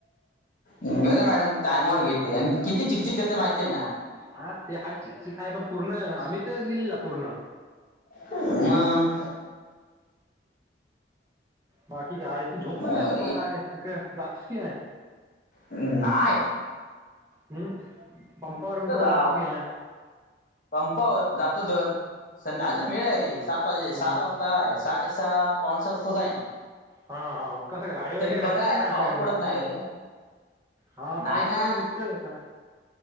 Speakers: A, on the left; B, on the right.
A: गेले मॅडम टाइमवर घेते. आणि किती चिकचिक करते माहितीये ना.
B: हा ते हा चिक चिक हाय. पण पूर्ण आम्ही तर लिहिलेला पूर्ण.
A: म.
B: बाकी काय तू झोपून
A: म
B: राहतो का काय? इकडे जातोस की नाय?
A: नाय.
B: हम्म पंपा बींपावर
A: तर जाव
B: जातोस की नाय?
A: पंपावर जातो तर. संध अजून
B: हं,
A: वेळ आहे रे. सात वाजे
B: हं.
A: सात वाज ताय. साडे सहा, पावनसात तसं जाईन.
B: हा हा कसं का गाडीवाडी
A: तरी
B: भेटतात
A: बरा
B: का
A: आज
B: नाय? आपल्याकडनं.
A: पाऊस पडत नाही रे
B: हा
A: नाही
B: पाऊस
A: ना
B: कमी दिसतोय आता.